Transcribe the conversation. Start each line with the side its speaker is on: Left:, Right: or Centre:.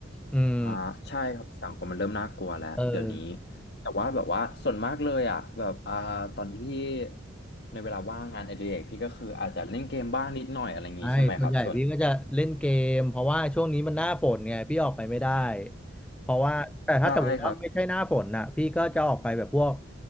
Centre: อืม
Left: อ่าใช่ครับสังคมมันเริ่มน่ากลัวแล้วเดี๋ยวนี้
Centre: เออ
Left: แต่ว่าแบบว่าส่วนมากเลยอะแบบอ่าตอนที่พี่ในเวลาว่างงานอดิเรกพี่ก็คืออาจจะเล่นเกมบ้างนิดหน่อยอะไรอย่างงี้ใช่ไหมครับส่วน
Centre: ใช่ส่วนใหญ่พี่ก็จะเล่นเกมเพราะว่าช่วงนี้มันหน้าฝนไงพี่ออกไปไม่ได้เพราะว่าแต่ถ้าสมมติว่าไม่ใช่หน้าฝนน่ะพี่ก็จะออกไปแบบพวก
Left: ใช่ครับ